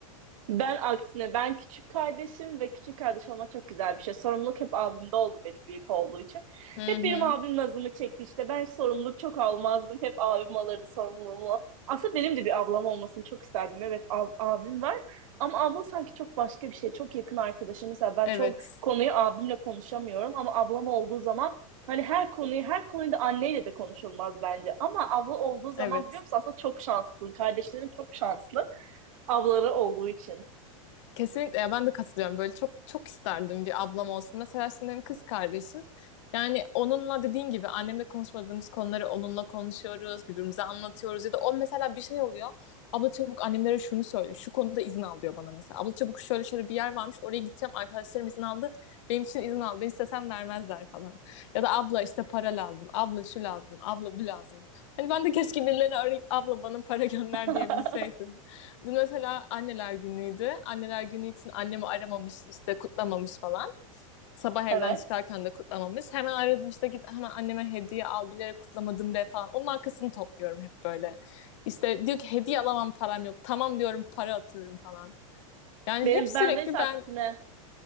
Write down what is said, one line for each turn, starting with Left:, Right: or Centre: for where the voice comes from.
Right: Ben aksine ben küçük kardeşim ve küçük kardeş olmak çok güzel bir şey. Sorumluluk hep abimde oldu benim büyük olduğu için.
Left: Hı
Right: Hep
Left: hı.
Right: benim abim nazımı çekti işte. Ben hiç sorumluluk çok almazdım. Hep abim alırdı sorumluluğumu. Aslında benim de bir ablam olmasını çok isterdim. Evet ab- abim var. Ama abla sanki çok başka bir şey. Çok yakın arkadaşım. Mesela ben
Left: Evet.
Right: çok konuyu abimle konuşamıyorum. Ama ablam olduğu zaman hani her konuyu her konuda anneyle de konuşulmaz bence. Ama abla olduğu zaman
Left: Evet.
Right: biliyor musun aslında çok şanslısın. Kardeşlerin çok şanslı ablaları olduğu için.
Left: Kesinlikle ya ben de katılıyorum. Böyle çok çok isterdim bir ablam olsun. Mesela şimdi benim kız kardeşim. Yani onunla dediğin gibi annemle konuşmadığımız konuları onunla konuşuyoruz, birbirimize anlatıyoruz ya da o mesela bir şey oluyor. Abla çabuk annemlere şunu söyle, şu konuda izin al diyor bana mesela. Abla çabuk şöyle şöyle bir yer varmış, oraya gideceğim, arkadaşlarım izin aldı, benim için izin al, ben istesem vermezler falan. Ya da abla işte para lazım, abla şu lazım, abla bu lazım. Hani ben de keşke birilerine arayıp abla bana para gönder
Right: <laughs>
Left: diyebilseydim. Dün mesela anneler günüydü. Anneler günü için annemi aramamış, işte kutlamamış falan. Sabah evden
Right: Evet.
Left: çıkarken de kutlamamış. Hemen aradım işte git hemen anneme hediye al bilerek kutlamadım de falan. Onun arkasını topluyorum hep böyle. İşte diyor ki hediye alamam param yok. Tamam diyorum para atıyorum falan. Yani
Right: Benim
Left: hep sürekli
Right: bende ise
Left: ben
Right: aksine.